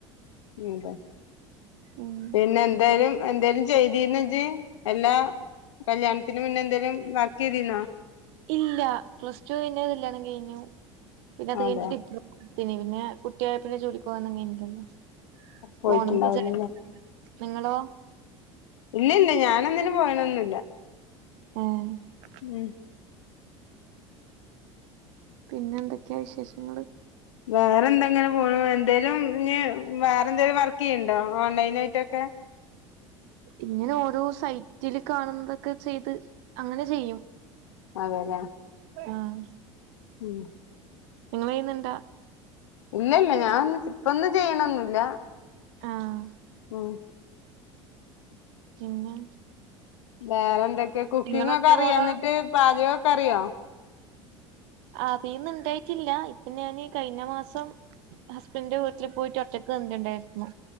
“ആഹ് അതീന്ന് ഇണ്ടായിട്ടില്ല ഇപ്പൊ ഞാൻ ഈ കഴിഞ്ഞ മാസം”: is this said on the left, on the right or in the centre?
Right